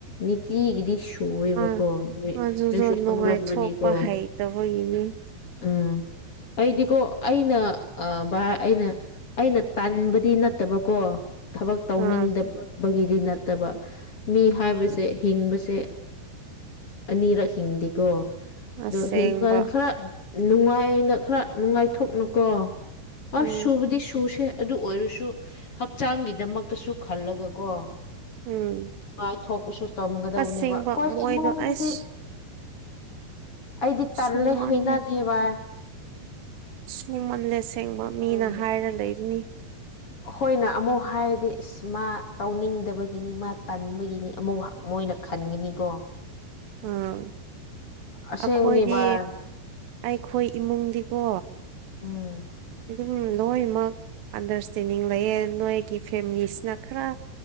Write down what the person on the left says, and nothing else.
ꯅꯤꯇꯤ꯭ꯔꯤꯁ ꯊꯣꯛꯑꯦꯕꯀꯣ
ꯅꯣꯏ
ꯅꯣꯏꯁꯨ
ꯈꯪꯔꯝꯒꯅꯤꯀꯣ
ꯎꯝ
ꯑꯩꯗꯤꯀꯣ ꯑꯩꯅ ꯚ ꯑꯩꯅ ꯑꯩꯅ ꯇꯟꯕꯗꯤ ꯅꯠꯇꯕꯀꯣ ꯊꯕꯛ ꯇꯧꯅꯤꯡꯗꯕꯒꯤꯗꯤ
ꯅꯠꯇꯕ ꯃꯤ ꯍꯥꯏꯕꯁꯦ ꯍꯤꯡꯕꯁꯦ ꯑꯅꯤꯔꯛ ꯍꯤꯡꯗꯦꯀꯣ
ꯑꯗꯨ ꯍꯤꯡꯕꯗ ꯈꯥꯔ ꯅꯨꯡꯉꯥꯏꯅ ꯈꯔ ꯅꯨꯡꯉꯥꯏꯊꯣꯛꯅꯨꯀꯣ
ꯑꯁ ꯁꯨꯕꯗꯤ ꯁꯨꯁꯦ ꯑꯗꯨ ꯑꯣꯏꯔꯁꯨ ꯍꯛꯆꯥꯡꯒꯤꯗꯃꯛꯇꯁꯨ ꯈꯜꯂꯒꯀꯣ
ꯅꯨꯡꯉꯥꯢꯊꯣꯛꯄꯁꯨ ꯇꯝꯒꯗꯕꯅꯦꯕ
ꯍꯣꯢ
ꯏꯃꯨꯡꯕꯨꯗꯤ
ꯑꯩꯗꯤ
ꯇꯜꯂꯦ ꯍꯩꯅꯗꯦꯕ
ꯎꯝ
ꯑꯩꯈꯣꯏꯅ ꯑꯃꯨꯛ ꯍꯥꯏꯔꯗꯤ ꯢꯁ ꯃꯥ ꯇꯧꯅꯤꯡꯗꯕꯒꯤꯅꯤ ꯃꯥ ꯇꯟꯕꯒꯤꯅꯤ ꯑꯃꯨꯛ ꯃꯣꯏꯅ ꯈꯟꯒꯅꯤꯀꯣ
ꯑꯁꯦꯡꯕꯅꯦ
ꯚꯥꯏ
ꯎꯝ